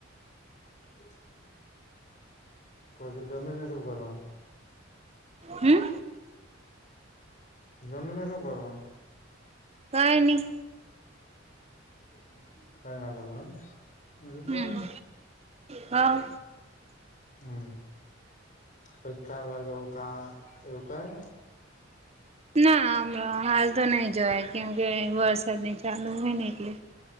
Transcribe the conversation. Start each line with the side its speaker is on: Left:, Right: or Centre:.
Left: <inaudible> તો તમે ભી શુ કરો
Right: હમ્મ
Left: જમને શું કરો
Right: હા એની
Left: કઈ <unintelligible>
Right: હમ હા
Left: હમ્મ <unintelligible> એવું કઈ
Right: ના અમ હાલ તો નઈ જોય કેમ કે વરસાદ ની ચાલુ હોયને કે